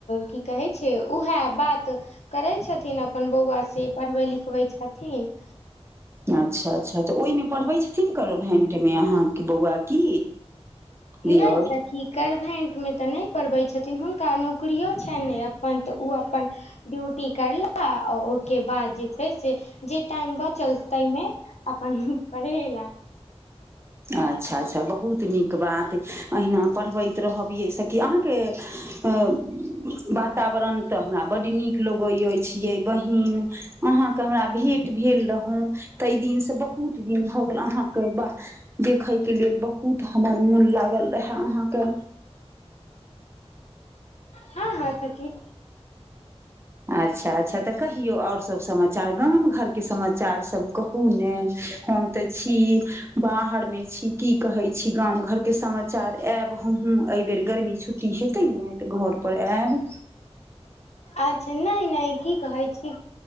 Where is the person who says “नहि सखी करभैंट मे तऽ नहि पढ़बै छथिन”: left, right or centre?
Left